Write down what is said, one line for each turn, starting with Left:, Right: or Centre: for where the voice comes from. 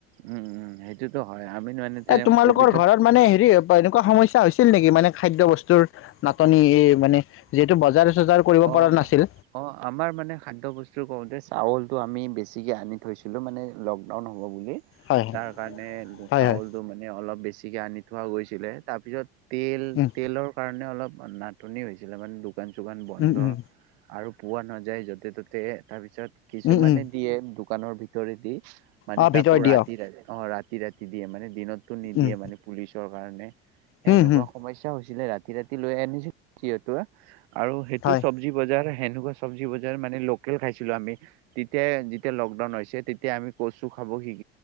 Right: উম উম সেইটোতো হয় আমি মানে তেনে
Left: এ তোমালোকৰ
Right: অসুবিধা।
Left: ঘৰত মানে এনেকুৱা সমস্যা হৈছিল নেকি মানে খাদ্যয় বস্তুৰ নাটনি এই মানে যিহেতু বজাৰ। চজাৰ কৰিব
Right: অ
Left: পৰা
Right: অ
Left: নাছিল
Right: অ আমাৰ মানে খাদ্যয বস্তু কওঁতে চাউল। আমি বেছিকে আনি থৈছিলো মানে লকডাউন।
Left: হয় হয়
Right: ত কাৰ
Left: হয়
Right: চাউলটো
Left: হয়
Right: মানে অলপ বেছি। আনি থোৱা গৈছিলে তাৰপিছত তেল
Left: উম
Right: তেলৰ কাৰণে অলপ। নাটনি হৈছিলে মানে দোকান চোকান বন্ধ
Left: উম উম
Right: আৰু। পোৱা নাযায় য'তে ত'তে তাৰপিছত। কিছুমানে
Left: উম উম
Right: দিয়ে দোকানৰ ভিতৰে দি মানে
Left: অ ভিতৰত
Right: তাকো
Left: দিয়ক
Right: ৰাতি ৰাতি অ ৰাতি ৰাতি। দিয়ে মানে দিনতটো নিদিয়ে
Left: উম
Right: মানে পুলিচৰ কাৰণে
Left: হম
Right: এেনেকুৱা
Left: হম
Right: সমস্যা হৈছে। ছিল ৰাতি ৰাতি লৈ আনিছিল সেয়া পৰা আৰু সেইটো
Left: হয়
Right: চব্জি বজাৰ। সেনেকুৱা চব্জি বজাৰ মানে লোকেল খাইছিলো আমি তেতিয়াাই যেতিয়া লকডাউন হৈছে তেতিয়া আমি কচু খাব শিক।